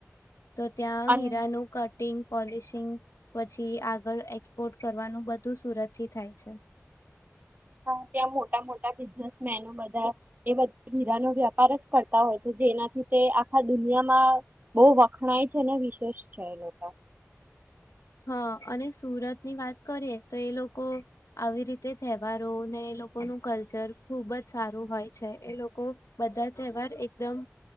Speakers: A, on the left; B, on the right.
A: તો ત્યાં
B: અને
A: હીરાનું કટિંગ પોલીશિંગ પછી આગળ એક્સપોર્ટ કરવાનું બધું સુરત થી થાય છે.
B: હા ત્યાં મોટા મોટા બિનેસમેનો બધા એ બધાં હીરાનું વેપાર જ કરતા હોય છે. જેનાથી તે આખા દુનિયામાં બહુ વ ઘણાય છે ને વિશેષ છે એ લોકા.
A: હા અને સુરત ની વાત કરીએ તો, એ લોકો આવી રીતે તહેવારો ને એ લોકોનું કલ્ચર ખુબ જ સારું હોય છે. એ લોકો બધા તહેવાર એકદમ